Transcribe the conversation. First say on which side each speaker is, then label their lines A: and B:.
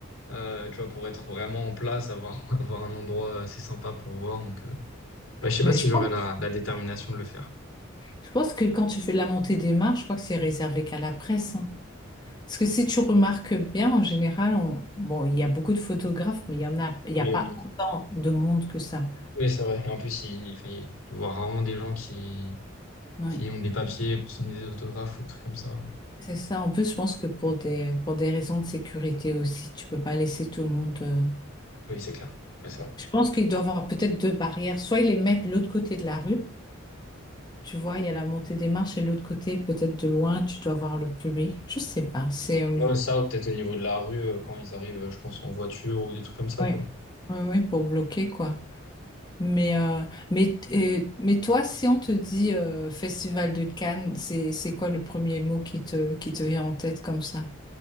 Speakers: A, on the left; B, on the left.
A: euh, tu vois, pour être vraiment en place, avoir, <laughs> avoir un endroit assez sympa pour voir. Donc, euh, ouais, je sais
B: Mais
A: pas si
B: je pense,
A: j'aurais la, la détermination de le faire.
B: je pense que quand tu fais de la montée des marches, je crois que c'est réservé qu'à la presse, hein. Parce que si tu remarques bien, en général, on- bon, il y a beaucoup de photographes, mais il y en a, il n'y
A: Oui,
B: a pas
A: mais-
B: autant de monde que ça.
A: oui, c'est vrai. Et en plus, il, enfin, il- je vois rarement des gens qui,
B: Ouais.
A: qui ont des papiers pour signer des autographes ou des trucs comme ça.
B: C'est ça. En plus, je pense que pour des, pour des raisons de sécurité aussi, tu peux pas laisser tout le monde. euh,
A: Oui, c'est clair. Ouais, c'est vrai.
B: Je pense qu'il doit y avoir peut-être deux barrières. Soit ils les mettent de l'autre côté de la rue, tu vois, il y a la montée des marches, et de l'autre côté, peut-être de loin, tu dois voir le public. Je sais pas. C'est euh,
A: Ouais, ça, ou peut-être au niveau de la rue, euh, quand ils arrivent, euh, je pense, en voiture ou des trucs comme ça,
B: ouais,
A: quoi.
B: ouais, ouais, pour bloquer quoi. Mais, euh, mais, et- mais toi, si on te dit euh, Festival de Cannes, c'est, c'est quoi le premier mot qui te, qui te vient en tête comme ça,